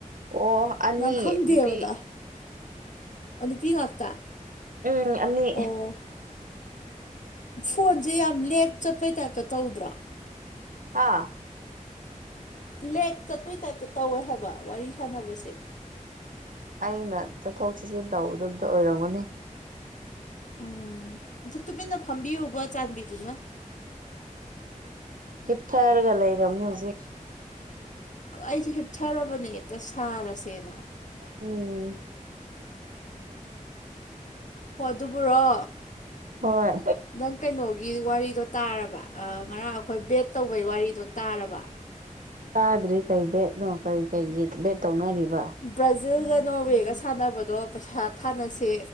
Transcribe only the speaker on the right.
ꯑꯣ ꯑꯅꯤ
ꯅꯨꯄꯤ
ꯎꯝ ꯑꯅꯤ
ꯍꯥꯥ
ꯑꯩꯅ ꯆꯠꯊꯣꯛ ꯆꯠꯁꯤꯟ ꯇꯧꯕꯗꯣ ꯑꯝꯇ ꯑꯣꯏꯔꯝꯒꯅꯤ
ꯍꯤꯞꯊꯔꯒ ꯂꯩꯔꯕꯅꯦ ꯍꯧꯖꯤꯛ
ꯎꯝ
ꯍꯣꯏ
ꯆꯥꯗ꯭ꯔꯤ ꯀꯔꯤ ꯕꯦꯠꯅꯣ ꯀꯔꯤ ꯀꯩꯒꯤ ꯕꯦꯠ ꯇꯧꯅꯔꯤꯕ